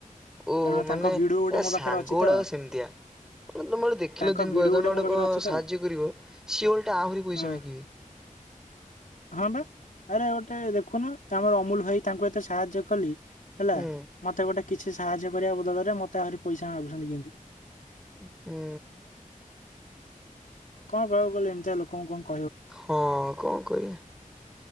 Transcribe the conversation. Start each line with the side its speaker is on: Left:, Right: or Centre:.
Centre: ଓହୋ
Left: କାରଣ
Centre: ମାନେ
Left: ତାଙ୍କ ଭିଡିଓ ଗୋଟେ
Centre: ଏ
Left: ମୋ
Centre: ସାଙ୍ଗ
Left: ପାଖରେ ଅଛି
Centre: ଗୁଡାକ
Left: ତ
Centre: ସେମିତିଆ। ତୋମେ ଗୋଟେ ଦେଖିଲ
Left: ତାଙ୍କ
Centre: ଦିନ
Left: ଭିଡିଓ
Centre: ପରେ ତୋମେ ଗୋଟେ
Left: ମୋ ପାଖରେ
Centre: କଣ
Left: ଅଛି ତ
Centre: ସାହାଯ୍ୟ କରିବ ସିଏ ଓଲଟା ଆହୁରି ପଇସା
Left: ହଁ
Centre: ମାଗିବେ। <inaudible>
Left: ହଁ ବା ଆରେ ଗୋଟେ ଦେଖୁନ ଆମର ଅମୁଲ ଭାଇ ତାଙ୍କୁ ଏତେ ସାହାଯ୍ୟ କଲି। ହେଲା
Centre: ହୁଁ
Left: ମୋତେ ଗୋଟେ କିଛି ସାହାଯ୍ୟ କରିବା ବଦଳରେ। ମୋତେ ଆହୁରି ପଇସା ମାଗୁଛନ୍ତି କେମିତି?
Centre: ଉଁ, ହୁଁ।
Left: କଣ କହିବାକୁ ଗଲେ ଏମତିଆ ଲୋକଙ୍କୁ କଣ କ
Centre: ହଁ କଣ କରିବା?